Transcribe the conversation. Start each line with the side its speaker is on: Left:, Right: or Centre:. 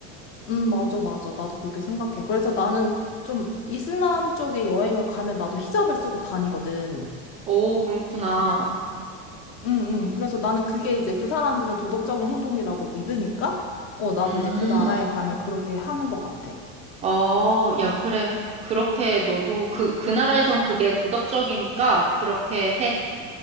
Left: 음, 맞아, 맞아. 나도 그렇게 생각해. 그래서 나는 좀 이슬람 쪽에 여행을 가면 나도 히잡을 쓰고 다니거든.
Right: 오, 그렇구나.
Left: 응, 응. 그래서 나는 그게 이제 그 사람들은 도덕적인 행동이라고 믿으니까, 어, 나도
Right: 음,
Left: 이제 그 나라에 가면 그렇게 하는 것 같아.
Right: 어, 야, 그래. 그렇게 너도 그, 그 나라에선 그게 도덕적이니까 그렇게 해.